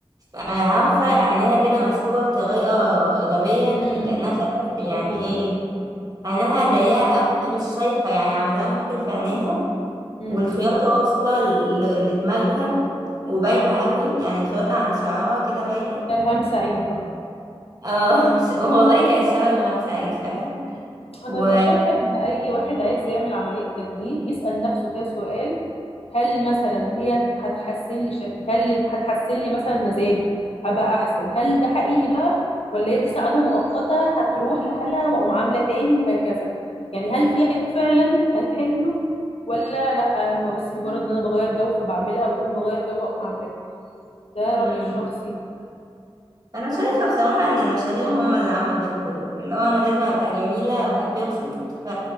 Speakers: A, on the right; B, on the left.
A: آه، عارفة عينيها كده مسحوبة بطريقة غبية
B: امم
A: ك- كأنها شبه
B: شوف الشكل
A: يعني إيه
B: ده
A: عينها
B: سؤال
A: ضيقة أوي هي مش شايفة يعني عمل لها مشاكل في عينيها
B: امم
A: والخياطة واصلة ل- لدماغها وباينة أوي يعني الخياطة عند شعرها كده باينة
B: ترهام سعيد بقى
A: اه ش- والله كانت شبه إلهام سعيد فعلا
B: انا
A: و
B: ببقى شايفه ان اي واحد عايز يعمل عمليه تجميل يسال نفسه كده سؤال هل مثلا هي هتحسن لي شكلي هل هتحسن لي مثلا مزاجي هبقى احسن هل ده حقيقي بقى ولا هي دي سعاده مؤقته هتروح لحالها واقوم عامله تاني وهكذا يعني هل في عيب فعلا هتحله ولا لا هو بس مجرد ان انا بغير جو فبعملها وكل ما اغير جو اقوم عاملاها ده
A: مم.
B: رايي الشخصي
A: انا شايفه بصراحه ان المشاهير هم اللي عملوا ده كله اللي هو انا لازم ابقى جميله ابقى بيرفكت ف...